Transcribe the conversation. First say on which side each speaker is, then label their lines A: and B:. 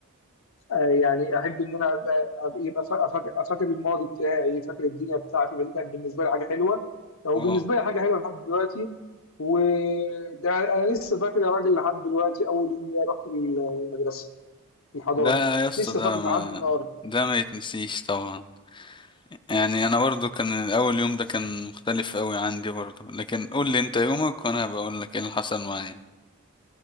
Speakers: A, on the left; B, on the left.
A: آه، يعني احب ان انا ابقى أبقى- يبقى فا- فاكر فاكر الماضي بتاعي فاكر الدنيا بتاعتي فدي كانت بالنسبه لي حاجه حلوه او
B: اه
A: بالنسبه لي حاجه حلوه لحد دلوقتي وده انا لسه فاكر يا راجل لحد دلوقتي اول يوم ليا رحت ال- المدرسه الحضانه
B: ده يا اسطى
A: لسه
B: ده
A: فاكر
B: ما
A: لحد النهارده
B: ده ما يتنسيش طبعا يعني انا برضو كان اول يوم ده كان مختلف قوي عندي برضو لكن قول لي انت يومك وانا بقول لك ايه اللي حصل معايا